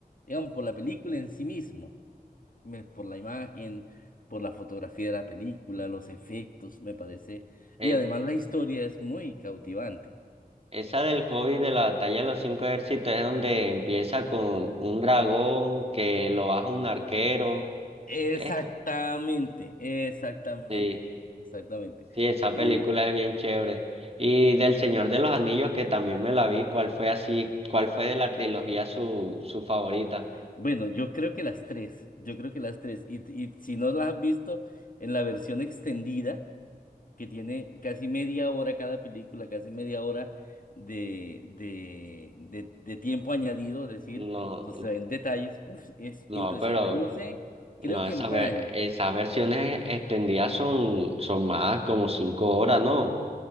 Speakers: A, on the left; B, on the right.
A: digamos, por la película en sí mismo, me- por la imagen, por la fotografía de la película, los efectos, me parece,
B: Eh,
A: y además la historia es muy cautivante.
B: esa del hobby de la batalla de los cinco ejércitos es donde empieza con un dragón que lo baja un arquero.
A: Exactamente,
B: Eh,
A: exactamente,
B: sí,
A: exactamente.
B: sí, esa
A: Eh,
B: película es bien chévere. Y del Señor de los Anillos, que también me la vi, ¿cuál fue así, cuál fue de la trilogía su, su favorita?
A: bueno, yo creo que las tres, yo creo que las tres, y, y si no las has visto en la versión extendida, que tiene casi media hora cada película, casi media hora de, de, de, de tiempo añadido, es decir,
B: No,
A: entonces en detalles, uf, es
B: no,
A: impresionante.
B: pero
A: No sé,
B: no,
A: creo que
B: esas,
A: en Prime.
B: ver- esas versiones extendidas son, son más como cinco horas, ¿no?